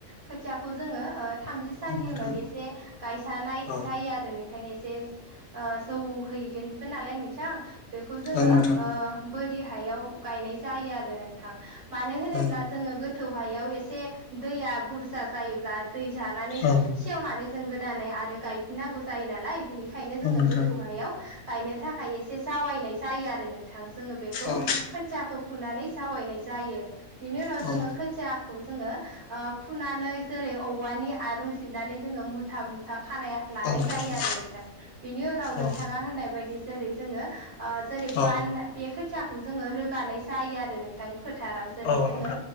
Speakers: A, on the right (about 80°); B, on the left (about 65°).
A: खोथियाखौ जोङो ओ थामजि साननि
B: औ नोंथां
A: उनाव एसे गायसानाय
B: औ
A: जायो आरो नोंथां एसे जौहैगोनसो नालाय नोंथां बेखौ जोङो
B: औ नोंथां
A: बोरि हायाव गायनाय जायो आरो नोंथां। मानो होनोब्ला
B: औ
A: जोङो गोथौ हायाव एसे दैया बुरजा जायोब्ला दै जानानै
B: औ
A: सेवनानै जों गोदानै आरो गायफिननांगौ जायो नालाय बिनि खायनो जोङो
B: नोंथां
A: गोथौ हायाव गायनो थाखाय एसे जावायनाय जायो आरो नोंथां। जोङो बेखौ
B: औ नोंथां
A: खोथियाखौ फुनानै जावायनाय जायो बिनि उनाव
B: औ
A: जोङो
B: औ
A: खोथिया खौ जोङो ओ फुनानै जेरै औवानि आरुं सिरनानै जोङो मुथा मुथा खानाया लानाय
B: औ नोंथां
A: जायो आरो नोंथां बिनि उनाव नोंथाङा
B: औ
A: होननाय बायदि जेरै जोङो ओ जेरै
B: औ
A: बान बे खोथियाखौ जोङो रोगानाय जायो आरो नोंथां फोथाराव जेरै
B: औ
A: जोङो
B: नोंथां औ नोंथां औ नोंथां औ नोंथां औ नोंथां औ नोंथां औ नोंथां औ नोंथां